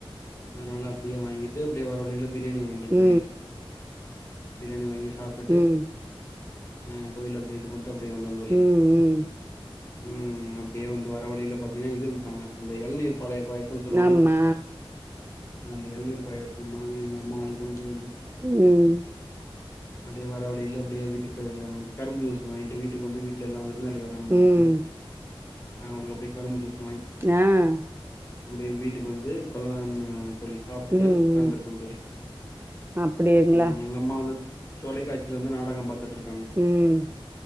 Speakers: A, on the left (about 30°); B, on the right (about 25°).
A: அதனால அப்படியே வாங்கிட்டு அப்படியே வர வழியில பிரியாணி வாங்கிடோ
B: ம்
A: தோழி பிரியாணி வாங்கி சாப்பிட்டுட்டு
B: ம் ம்
A: அஹ் கோயில் அப்டியே இது பண்டு அப்டியே வந்தோம் தோழி
B: ம் ம்
A: உஹம் அப்டியே வந்து வர வழியில பாத்தீங்கன்னா இது வித்தாங்க இந்த இளநீர்பாளையம் பயாச சொல்லுவாங்கல்ல
B: ஆமா
A: அந்த இளநீர் பயாச நானு எங்க அம்மாவு கொண்டு வந்து
B: உம்
A: அப்டியே வர வழியில அப்டியே வீட்டுக்கு தேவையான‌ கரும்பு ஜூஸ் வாங்கிட்டு வீட்டுக்கு வந்து வீட்டுல எல்லா விருந்தாளி வரேன்னாங்க
B: ம்
A: அவங்களுக் அப்டியே கரும்பு ஜுஸ்
B: ஆஹ்
A: அப்டி வீட்டுக்கு வந்துட்டோன்னு தோழி சாப்டுட்டு
B: ம் ம்
A: உக்காந்திருக்கோ தோழி
B: அப்டிங்களா
A: உம் எங்க அம்மா வந்து தொலைக்காட்சிலிருந்து நாடகம் பாத்துட்டு இருக்
B: உம்